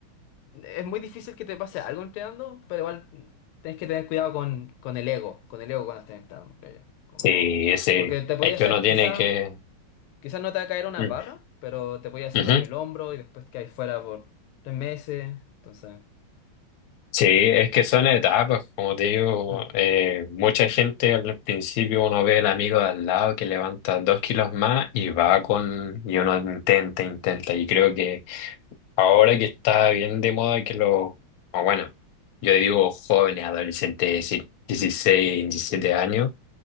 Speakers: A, on the left (about 85°); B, on the left (about 70°).
A: es muy difícil que te pase algo entrenando, pero igual tienes que tener cuidado con, con el ego, con el ego cuando estés entrenando, creo yo. Como,
B: Sí, sí,
A: porque te podía
B: es que
A: hacer,
B: uno tiene
A: quizás
B: que...
A: quizás no te va a caer una
B: Mm.
A: barra, pero te podía hacer
B: Ujú.
A: daño el hombro y después que hay fuera por tres meses. Entonces...
B: Sí, es que son etapas, como te digo,
A: mm,
B: eh, mucha gente al principio uno ve el amigo de al lado que levanta dos kilos más y va con... y uno intenta, intenta, y creo que ahora que está bien de moda que lo... o bueno, yo digo jóvenes, adolescentes, es decir, 16 17
A: mm,
B: años.